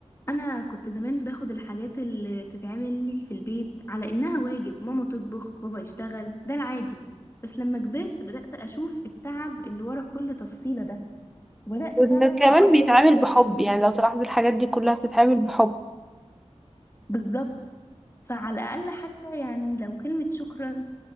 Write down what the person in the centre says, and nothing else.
وإن
كمان
بيتعامل
بحب
يعني لو تلاحظي الحاجات دي كلها بتتعامل بحب